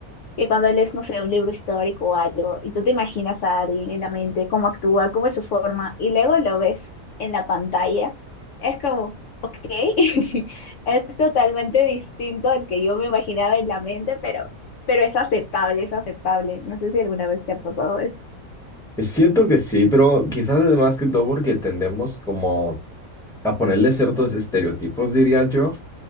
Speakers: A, on the left (about 65°); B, in the centre.
A: que cuando lees, no sé, un libro histórico o algo, y tú te imaginas a alguien en la mente, cómo actúa, cómo es su forma, y luego lo ves en la pantalla, es como, ok, <laughs> es totalmente distinto al que yo me imaginaba en la mente, pero, pero es aceptable, es aceptable. No sé si alguna vez te ha pasado eso.
B: Siento que sí, pero quizás es más que todo porque tendemos como a ponerle ciertos estereotipos, diría yo,